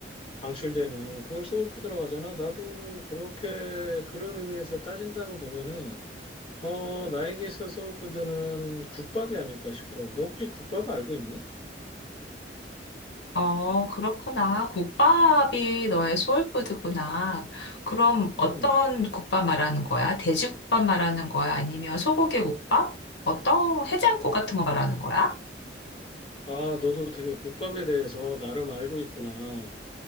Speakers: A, on the left; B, on the left.
A: 방출되는, 그걸 소울푸드라고 하잖아. 나도 그렇게, 그런 의미에서 따진다고 보면은, 어, 나에게 있어 소울푸드는 국밥이 아닐까 싶어. 너 혹시 국밥 알고 있니?
B: 어, 그렇구나. 국밥이 너의 소울푸드구나. 그럼 어떤
A: 응.
B: 국밥 말하는 거야? 돼지국밥 말하는 거야? 아니면 소고기 국밥? 어떤 해장국 같은 거 말하는 거야?
A: 아, 너도 되게 국밥에 대해서 나름 알고 있구나.